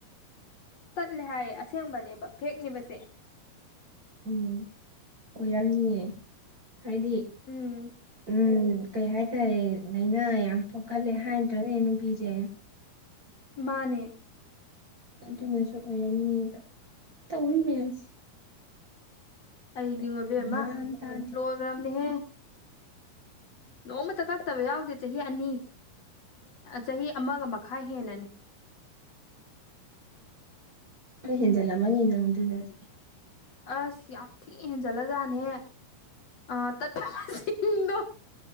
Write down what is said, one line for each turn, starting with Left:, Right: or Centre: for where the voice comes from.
Left: ꯇꯠꯂꯦ ꯍꯥꯏꯌꯦ ꯑꯁꯦꯡꯕꯅꯦꯕ ꯐꯦꯛꯅꯦꯕꯁꯦ
Right: ꯎꯝ ꯑꯣꯏꯔꯝꯅꯤꯌꯦ ꯍꯥꯏꯗꯤ
Left: ꯎꯝ
Right: ꯎꯝ ꯀꯩ ꯍꯥꯏꯇꯥꯔꯦ ꯂꯩꯏꯅꯥ ꯌꯥꯝ ꯄꯣꯛꯀꯜꯂꯦ ꯍꯥꯏꯗ꯭ꯔꯅꯦ ꯅꯨꯄꯤꯁꯦ
Left: ꯃꯥꯅꯦ
Right: ꯑꯗꯨꯅꯁꯨ ꯑꯣꯏꯔꯝꯅꯦꯕ ꯇꯧꯔꯤ ꯃꯌꯥꯝꯁꯦ
Left: ꯑꯩꯗꯤꯉꯣ ꯏꯕꯦꯝꯃꯥ
Right: ꯒ꯭ꯌꯥꯟ ꯇꯥꯗꯦ
Left: ꯂꯣꯏꯈ꯭ꯔꯕꯅꯤꯍꯦ ꯅꯣꯡꯃꯇ ꯀꯞꯇꯕ ꯌꯥꯎꯗꯦ ꯆꯍꯤ ꯑꯅꯤ ꯆꯍꯤ ꯑꯃꯒ ꯃꯈꯥꯏ ꯍꯦꯟꯅꯅꯦ
Right: <unintelligible> <inaudible> ꯑ ꯍꯦꯟꯖꯂꯝꯃꯥꯅꯤ ꯑꯗꯨꯅꯗꯤ
Left: ꯑꯁ ꯌꯥꯝ ꯊꯤ ꯍꯦꯟꯖꯜꯂ ꯖꯥꯠꯅꯦꯍꯦ ꯑ ꯇꯠꯞ ꯃꯁꯤꯡꯗꯣ